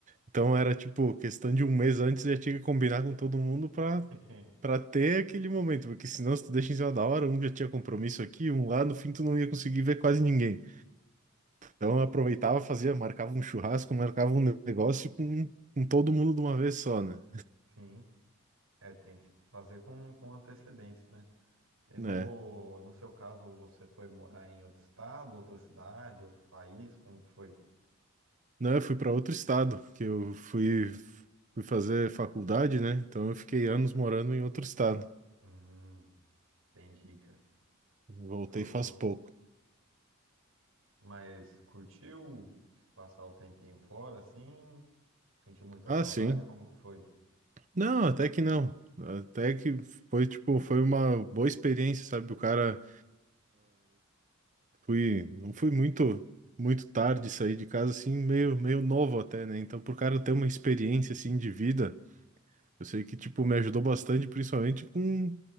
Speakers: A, on the right; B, on the right.
A: Então era tipo questão de um mês antes eu já tinha que combinar com todo mundo para
B: <laughs>
A: para ter aquele momento, porque senão se tu deixa em cima da hora, um já tinha compromisso aqui, um lá, no fim tu não ia conseguir ver quase ninguém. Então eu aproveitava, fazia, marcava um churrasco, marcava um negócio com, com todo mundo de uma vez só, né?
B: Sim, é, tem que fazer com, com antecedência, né? E no,
A: né?
B: no seu caso, você foi morar em outro estado, outra cidade, outro país? Como que foi?
A: Não, eu fui para outro estado, que eu fui, fui fazer faculdade, né? Então eu fiquei anos morando em outro estado.
B: Hum, entendi, cara.
A: Voltei
B: Eu-
A: faz pouco.
B: mas curtiu passar o tempinho fora, assim? Sentiu muita
A: Ah,
B: saudade?
A: sim.
B: Como que foi?
A: Não, até que não. Até que foi tipo, foi uma boa experiência, sabe? O cara fui, não fui muito muito tarde sair de casa assim, meio meio novo até, né? Então pro cara ter uma experiência assim de vida Eu sei que, tipo, me ajudou bastante, principalmente com,